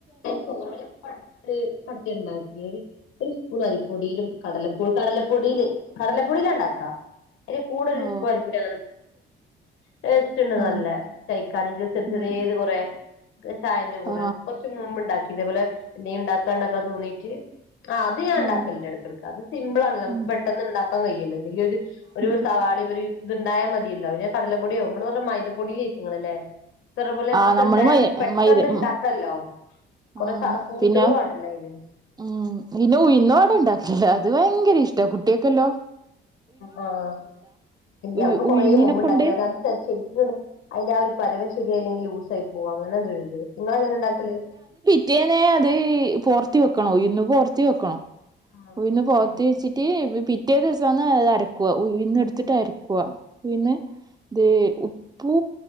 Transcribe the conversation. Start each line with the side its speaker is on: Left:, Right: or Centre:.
Left: പൊടി ഉണ്ടാക്കിയ <unintelligible> <unintelligible> <unintelligible> ഒരു സ്പൂൺ അരിപ്പൊടിയിലും കടലപ്പൊ കടലപ്പൊടിൽ കടലപ്പൊടില ഇണ്ടാക്കാ അതിന് കൂടെ ഒരു
Right: ഓ
Left: പൽപ്പൊടി ടേസ്റ്റ്ണ്ട്
Right: ആ
Left: നല്ല കയ്ക്കാൻ ചെർ
Right: ഉം,
Left: ചേര്യർത് കൊറേ ചായന്റെ കൂടെ
Right: ആ
Left: കൊറ്ച്ച മുമ്പ് ഉണ്ടാക്കി ഇതേപോലെ എന്തേ ഇണ്ടാക്കാണ്ടക്കാ തോന്നീട്ട് ആഹ് അത് ഞാൻണ്ടാക്കലടക്കിടക്ക
Right: ഓ
Left: അത് സിമ്പിൾ ആണല്ലോ നമക്ക്
Right: ഉം,
Left: പെട്ടെന്ന് ഇണ്ടാക്കാൻ കഴിയാല്ലൊ ഒരു ഒരു
Right: ഉം.
Left: സവാളി ഒരു ഇതുണ്ടായ മതിയല്ലോ പിന്നെ കടലപ്പൊടിയോ നമ്മൾ വറെ മൈദപ്പൊടിൽേക്കങ്ങളല്ലേ ഇത്ര പോലെ
Right: ആ
Left: ഇത്ണ്ടായ
Right: നമ്മള് മൈ
Left: നമുക്ക് പെട്ടെന്നുണ്ടാക്ക
Right: മൈദ ഉം
Left: ക്കല്ലോ കൊറെ
Right: ആ
Left: കൂട്ടുകളും
Right: പിന്നെ
Left: വാണ്ടല്ലോ അതിന്
Right: ഉം പിന്നെ ഉയ്ന്ന പട ഉണ്ടാക്കല് അത് ഭയങ്കര ഇഷ്ട കുട്ടേക്കല്ലോ
Left: ആഹ് ഇല്ല
Right: ഉ
Left: അമ്മ് കൊറേ
Right: ഉഴുന്നിനെ
Left: മുമ്പ് ഇണ്ടാക്കി
Right: കൊണ്ട്
Left: അതാത് ശരിക്ക <unintelligible> അതിന്റെ ആ ഒരു പരിവം ശരി അല്ലെങ്കിൽ ലൂസ് ആയി പോകും അങ്ങനെ എന്താഴുത് ഇങ്ങളങ്ങനെ ഉണ്ടാക്കല്
Right: പിറ്റേന്നെ അത് പോർത്തി വെക്കണോ ഉയ്‌ന്ന് പോർത്തി വെക്കണോ
Left: ആഹ്
Right: ഉയ്ന്ന്
Left: ആഹ്
Right: പോത്ത്
Left: ആഹ്
Right: വെച്ചിട്ട് പിറ്റേ ദിവസന്ന് അത് അരക്കുവ ഉയ്ന്ന് എടുത്തിട്ട് അരക്കുവ പിന്നെ ദെ ഉപ്പു